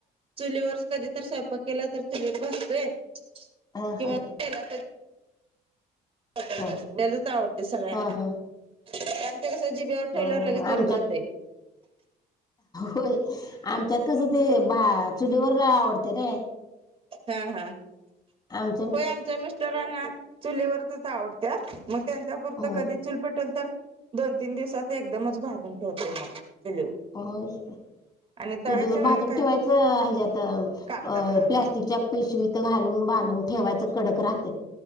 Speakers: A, on the right; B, on the left.
A: चुलीवर कधी तर स्वयंपाक केला तर चुली भाजतोय
B: ह
A: किंवा
B: ह
A: तेला तळल्यालाच
B: ह
A: आवडते सगळ्यांना
B: ह ह
A: कारण ते कसं जीबीवर ठेवलं
B: अ
A: की लगेच विरघळतंय
B: आमच्यात होय आमच्यात कसं ते बा चुलीवर आवडतय नि
A: हा हा
B: आम्
A: होय आमच्या मिस्टरांना चुलीवरचच आवडत्या मग त्यांच्या पुरत
B: हो
A: कधी चूल पेटवल तर दोन तीन दिवसाच एकदमच भाजून ठेवतोय मग चुलीवर
B: <inaudible> चुलीवर
A: आणि तळायच्या वेळेला
B: भाजून
A: काय
B: ठेवायचं हेज्यात अ
A: कागदात घालून
B: प्लस्टिकच्या पिशवीत घालून बांधून ठेवायचं कडक राहतात